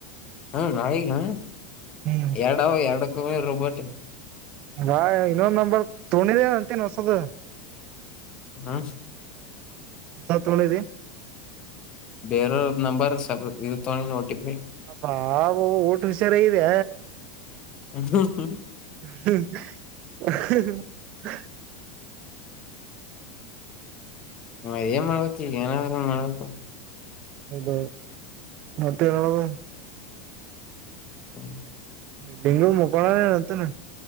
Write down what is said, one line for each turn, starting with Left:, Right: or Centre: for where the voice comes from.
Left: ಹ್ಮ ನಾಳಿಗ ಹ
Right: ಹ್ಮ್
Left: ಎರಡ ಎರಡಕ್ಕ ರೊಬೋಟಿ
Right: ಅ ಇನ್ನೊಂದು ನಂಬರ್ ತಗೊಂಡಿದಿಯ ಅಂತೇನ್ ಹೊಸದ
Left: ಹಾ
Right: ಹೊಸ ತೂಗೋಂಡಿದ್ದ
Left: ಬೇರ ನಂಬರ್ ಸ ಇದು ತಗೊಂಡು ಓಟಿಪಿ
Right: ಹಾ ಊಟ ಹುಷಾರ ಇದೆ
Left: ಹ <inaudible>
Right: ಹ <inaudible> <unintelligible>
Left: ಹಾ ಏನ ಮಾಡತಿ ಏನಾದರ ಮಾಡತ
Right: ಹೌದ ಮತ್ತ ಎನ್ ಮಾಡೋದು
Left: ಹ್ಮ <inaudible>
Right: ಡೆೇಂಗು ಮಕಳ ಅಂತ <inaudible>